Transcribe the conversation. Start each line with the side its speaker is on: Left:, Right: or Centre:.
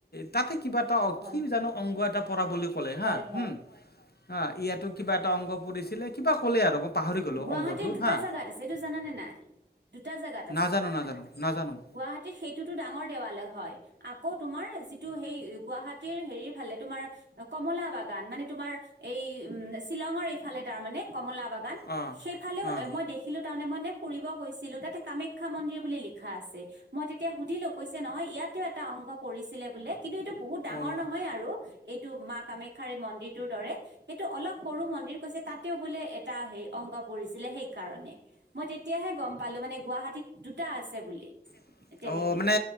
Left: তাতে কিবা এটা
Right: হয়
Left: কি জানো অংগ এটা পৰা বুলি ক'লে হা।
Right: হয় হয়
Left: হুম 'অ ইয়াতো কিবা এটা অংগ পৰিছিলে। কিবা ক'লে আৰু মই পাহৰি গলো
Right: গুৱাহাটীৰ
Left: অংগটো
Right: দুটা
Left: হা।
Right: জেগাত আছে এইটো জানানে নাই দুটা জেগাত আছে।
Left: নাজানো নাজানো নাজানো
Right: গুৱাহাটীত সেইটোতো ডাঙৰ দেৱালয় হয়। আকৌ তোমাৰ যিটো সেই গুৱাহাটীৰ হেৰিৰ ফালে তোমাৰ কমলা বাগান মানে তোমাৰ এই, উম শ্বিলঙৰ এইফালে তাৰ মানে। কমলা বাগান
Left: কমলা বাগান
Right: সেইফালেও এ মই দেখিলো তাৰমানে মই। ফুৰিব গৈছিলো। তাতে কামাখ্যা মন্দিৰ বুলি লিখা আছে মই তেতিয়া সুধিলো? কৈছে নহয় ইয়াত-' এটা অংগ পৰিছিলে বোলে। কিন্তু, এইটো বহুত ডাঙৰ
Left: এইটো
Right: নহয় আৰু এইটো মা কামাখ্যখ্যাৰ এই মন্দিৰটোৰ দৰে। সেইটো অলপ সৰু মন্দিৰ কৈছে তাতেও বোলে এটা হে অংগ পৰিছিলে সেইকাৰণে। মই তেতিয়াহে গম পালো মানে গুৱাহাটীত দুটা আছে বুলি।
Left: বুলি অ,
Right: তেনেকে
Left: মানে